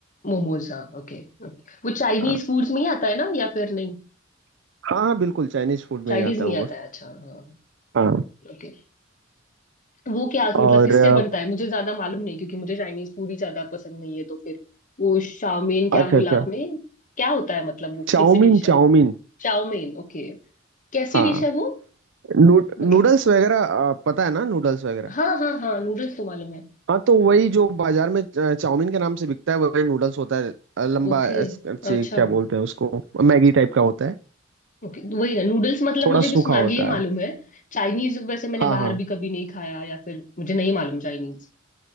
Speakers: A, on the left; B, on the right.
A: मोमोज हाँ ओके ओके वो चाइनीज
B: हाँ
A: फूड्स में ही आता है ना या फिर नहीं
B: हाँ हाँ, बिल्कुल चाइनीज फूड
A: चाइनीज
B: में ही आता
A: में
B: है
A: ही
B: वो
A: आता
B: बस।
A: है अच्छा हाँ
B: हाँ
A: ओके वो क्या मतलब
B: और
A: किससे
B: अ,
A: बनता है मुझे ज्यादा मालूम नहीं क्योंकि मुझे चाइनीज फूड ही ज्यादा पसंद नहीं है तो फिर वो शाओमेन क्या
B: अच्छा
A: बोला
B: अच्छा
A: आपने क्या होता है मतलब वो
B: Chowmein
A: कैसी डिश है
B: chowmein
A: Chowmein okay कैसी
B: हाँ
A: डिश है वो
B: नू,
A: मतलब
B: नूडल्स वगैरह आ, पता है ना नूडल्स वगैरह
A: हाँ हाँ हाँ नूडल्स तो मालूम है
B: हाँ तो वही जो बाजार में च- चाउमीन के नाम से बिकता है वही नूडल्स होता है आ, लंबा
A: ओके
B: अच्छी
A: अच्छा
B: क्या बोलते हैं उसको मैगी टाइप का होता है
A: ओके वही है नूडल्स मतलब
B: थोड़ा
A: मुझे
B: सूखा
A: बस मैगी
B: होता
A: ही मालूम
B: है
A: है चाइनीज वैसे मैंने
B: हाँ
A: बाहर
B: हाँ
A: भी कभी नहीं खाया या फिर मुझे नहीं मालूम चाइनीज